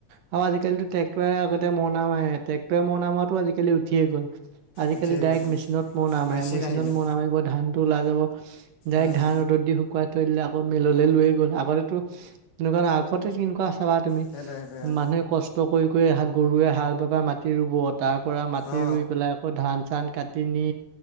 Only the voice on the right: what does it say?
আৰু আজিকালিটো ট্ৰেক্টৰে আগতে মৰণা মাৰে, ট্ৰেক্টৰে মৰণা মৰাতো আজিকালি উঠিয়ে গ'ল। আজিকালি
ডাইৰেক্ট
মেচিনত মৰনা মাৰে
মেচিনত
মৰনা মাৰিব ধানটো ওলাই যাব। ডাইৰেক্ট
ধান ৰ'দত দি শুকুৱাই থৈ দিলে আকৌ। মিললে লৈয়ে গ'ল আগতেটো এনেকুৱা নহয়, আগতে কেনেকুৱা চাবা তুমি
মানুহে কষ্ট। কৰি কৰি গৰুৱে হাল বাৱ মাটি ৰুব তাৰ পৰা মাটি
ৰুই পেলাই আকৌ ধান-চান। কাটি নি।